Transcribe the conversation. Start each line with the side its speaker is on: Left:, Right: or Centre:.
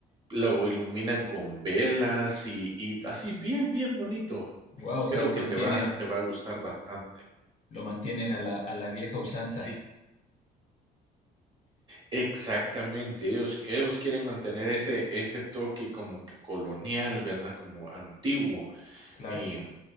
Right: lo iluminan con velas y, y así bien, bien bonito.
Left: wow, o
Right: Creo
Left: sea, lo
Right: que
Left: mantienen,
Right: te va, te va a gustar bastante.
Left: lo mantienen a la, a la vieja usanza,
Right: Sí, exactamente. Ellos, ellos quieren mantener ese, ese toque como que colonial, ¿verdad? Como antiguo.
Left: claro.
Right: Y mm,